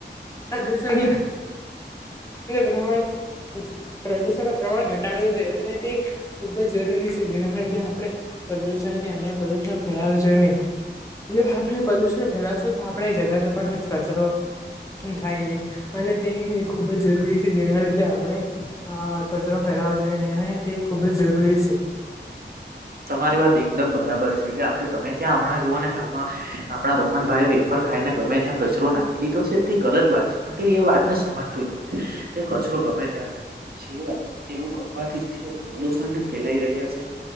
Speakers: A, on the left; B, on the right.
A: પ્રદષણ પ્રમાણ પ્રદૂષણ ન પ્રમાણ ઘટાડવું જોઈ અને તે ખૂબ જ જરૂરી. જેના લીધ આપણે પ્રદુષણ કે અન્ય પ્રદુષણ ફેલાયું છે નહી. એ આપણે પ્રલ્યુશન ફેલાવશું આપણે જગ્યા જ કચરો. ખાઈએ અને તે ખુબ જ જરૂરી છે જેના લીધે આપણે આ
B: આપણે
A: કચરો ખાય.
B: ફેલાવો
A: લાજ અને
B: જોઈએ
A: તે
B: એ
A: ખુબ
B: ખૂબ જ
A: જરૂરી છે.
B: તમારી વાત એકદમ બરાબર છે કે આપડે ગમે ત્યાં હમણાં જુઓ ને હાલ. આપણા રોહન ભાઈ. ફર ખાઈને ગમે ત્યાં કચરો નાખી દીધો છે તે ગલત વાત છે પણ તે એ વાતને સમજત જ નથી તે. ગમે્યા રાખ જાય છે એવું કરવાથી તેઓ પ્રદુષણ ફેલાઈ રહ્યા છે.